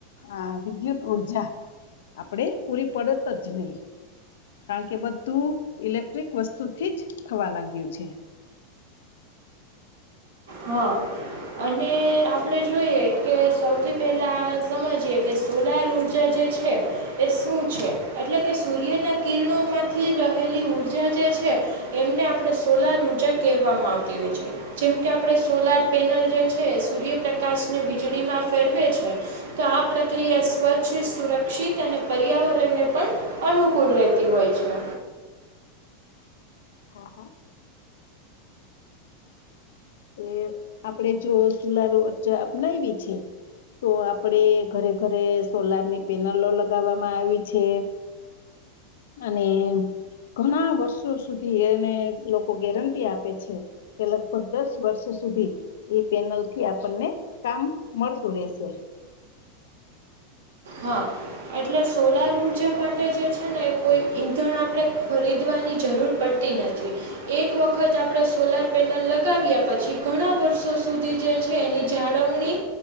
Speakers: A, on the left (about 85°); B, on the right (about 70°).
A: આ વિદ્યુત ઉર્જા આપણેે પૂરી પડત જ નહી. કારણ કે બધું ઇલેક્ટ્રિક વસ્તુ થી જ થવા લાગ્યું છે.
B: હા અને આપણે જોઈએ કે સૌથી પહેલાં સમજીએ કે સોલાર ઊર્જા જે છે એ શું છે એટલે કે સૂર્યના કિરણો માંથી રહેલી ઊર્જા જે છે એમને આપણે સોલાર ઉર્જા કહેવામાં આવતી હોય છે જેમ કે આપણે સોલર પેનલ જે છે એ સૂર્યપ્રકાશને વીજળીમાં ફેરવે છે. તો આ પ્રક્રિયા સ્વચ્છ સુરક્ષિત અને પર્યાવરણને પણ અનુકૂળ રહેતી હોય છે.
A: હા હા. એ આપડે જો સોલર ઊર્જા અપનાયવી છે. તો આપડે ઘરે ઘરે સોલરની પેનલો લગાવવામાં આવી છે. અને ઘણા વર્ષો સુધી એને લોકો ગેરંટી આપે છે કે લગભગ દસ વર્ષો સુધી એ પેનલથી આપણને કામ મળતું રહેેશે.
B: હા. એટલે સોલર ઊર્જા માટે જે છે ને એ કોઈ ઈંધણ આપણે ખરીદવાની જરૂર પડ નથી એક વખત આપણે સોલાર પેનલ લગાવ્યા પછી ઘણા વર્ષો સુધી જે છે એની જાળવણી